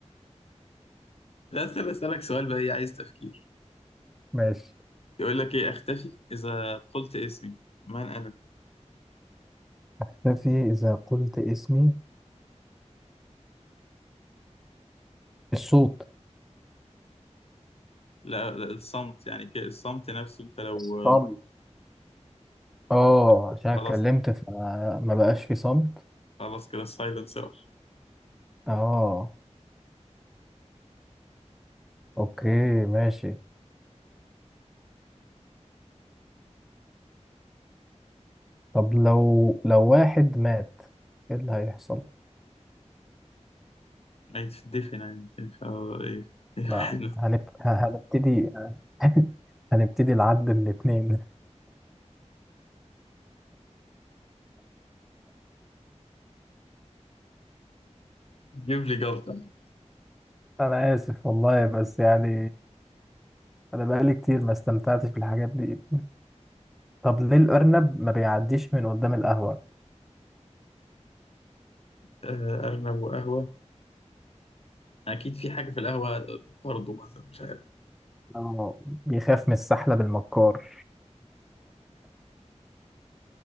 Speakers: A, on the left; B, in the centre.
A: لا أسأل أسألك سؤال بقى إيه عايز تفكير
B: ماشي
A: يقول لك إيه أختفي إذا قلت اسمي من أنا؟
B: اختفي إذا قلت اسمي الصوت
A: لا لا، الصمت يعني كده الصمت نفسه أنت لو
B: الصمت اه
A: عارف،
B: عشان اتكلمت
A: خلاص
B: فما بقاش في صمت
A: خلاص كده السايلنس راح
B: اه اوكي ماشي طب لو لو واحد مات ايه اللي هيحصل
A: ما يتدفن يعني ف إيه <laughs> إيه، واحد
B: لا هنبت... هنبتدي <laughs> هنبتدي العد من اتنين
A: جيب لي جلطة
B: انا اسف والله بس يعني انا بقالي كتير ما استمتعتش بالحاجات دي طب ليه الارنب ما بيعديش من قدام القهوة
A: آه، أرنب وقهوة أكيد في حاجة في القهوة بتطرده مثلا مش عارف
B: اه بيخاف من السحلب بالمكار